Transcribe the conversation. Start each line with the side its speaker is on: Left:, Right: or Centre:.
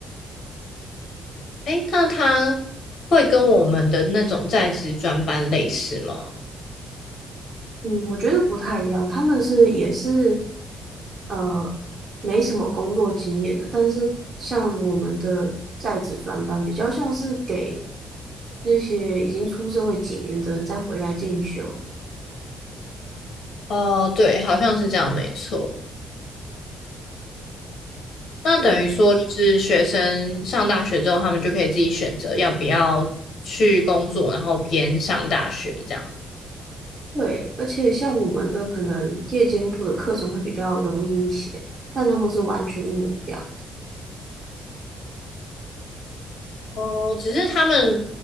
Left: 哎，那他会跟我们的那种在职专班类似吗？
Right: 嗯，我觉得不太一样，他们是也是呃没什么工作经验的，但是像我们的在职专班比较像是给那些已经出社会几年的人再回来进修。
Left: 哦，对，好像是这样，没错。那等于说，
Right: 对
Left: 就是学生上大学之后，他们就可以自己选择要不要去工作，然后边上大学这样。
Right: 对，而且像我们的可能夜间部的课程会比较容易一些，但他们是完全一模一样。
Left: 哦，只是他们